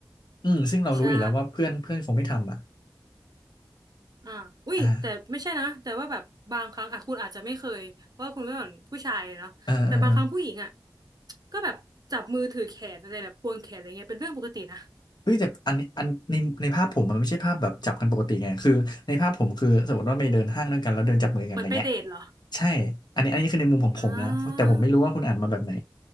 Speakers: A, on the left; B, on the right.
A: อืมซึ่งเรารู้อยู่แล้วว่าเพื่อนเพื่อนคงไม่ทำอ่ะ
B: ใช่ อ่าอุ้ยแต่ไม่ใช่นะแต่ว่าแบบบางครั้งอ่ะคุณอาจจะไม่เคยเพราะว่าคุณก็เป็นผู้ชายเนาะแต่บางครั้งผู้หญิงอ่ะ
A: อ่าเออเออเออ
B: ก็แบบจับมือถือแขนอะไรแบบควงแขนอะไรเงี้ยเป็นเรื่องปกตินะ
A: เฮ้ยแต่อันนี้อันในในภาพผมมันไม่ใช่ภาพแบบจับกันปกติไงคือในภาพผมคือสมมติว่าไปเดินห้างด้วยกันแล้วเดินจับมือกันอะไรเงี้ย
B: เหมือนไปเดทเหรอ
A: ใช่อันนี้อันนี้คือในมุมของผมนะแต่ผมไม่รู้ว่าคุณอ่านมาแบบไหน
B: อ่า